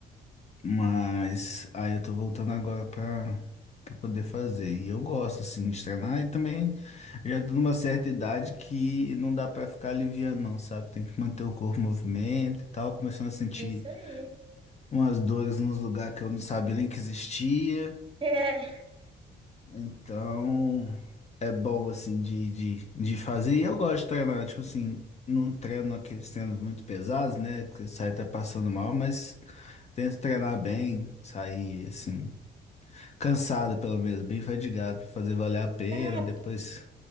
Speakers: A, on the left (about 35°); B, on the right (about 25°).
A: Mas aí eu tô voltando agora pra, pra poder fazer. E eu gosto, assim, de treinar. E também já tô numa certa idade que não dá pra ficar aliviando, não, sabe? Tem que manter o corpo em movimento e tal. Começando a sentir
B: Isso aí. <laughs>
A: umas dores nos lugares que eu não sabia nem que existia.
B: É.
A: Então é bom, assim, de, de, de fazer. E eu gosto de treinar, tipo assim. Não treino aqueles treinos muito pesados, né? Que sai até passando mal, mas tento treinar bem, sair assim. Cansado, pelo menos, bem fadigado, pra fazer valer a pena.
B: Nada,
A: Depois